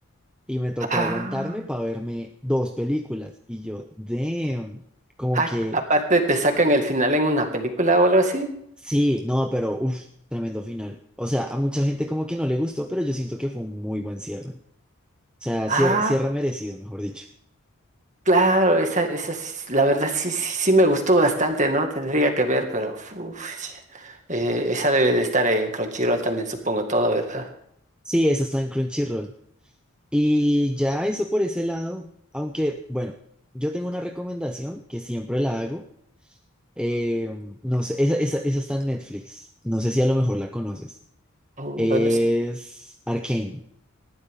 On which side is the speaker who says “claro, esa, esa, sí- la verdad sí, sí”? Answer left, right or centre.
Right